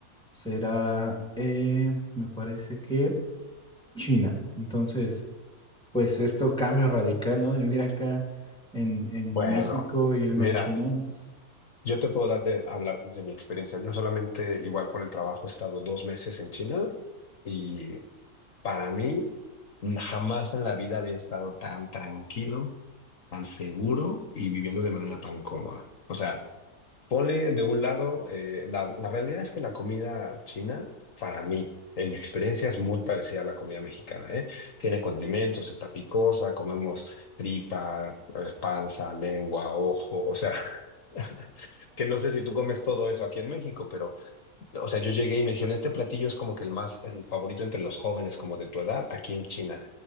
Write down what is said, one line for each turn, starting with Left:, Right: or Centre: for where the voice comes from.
Centre: será, eh, me parece que China. Entonces, pues esto cambio radical, ¿no? De vivir acá en, en
Left: Bueno,
Centre: México e irme
Left: mira,
Centre: a China. es
Left: yo te puedo dar de- hablar desde mi experiencia. Yo solamente, igual por el trabajo, he estado dos meses en China y Para mí, jamás en la vida había estado tan tranquilo, tan seguro y viviendo de manera tan cómoda. O sea, ponle de un lado, eh, la, la realidad es que la comida china, para mí, en mi experiencia, es muy parecida a la comida mexicana, ¿eh? Tiene condimentos, está picosa, comemos tripa, eh, panza, lengua, ojo, o sea, <laughs> que no sé si tú comes todo eso aquí en México, pero... O sea, yo llegué y me dijeron, este platillo es como que el más, el favorito entre los jóvenes como de tu edad aquí en China,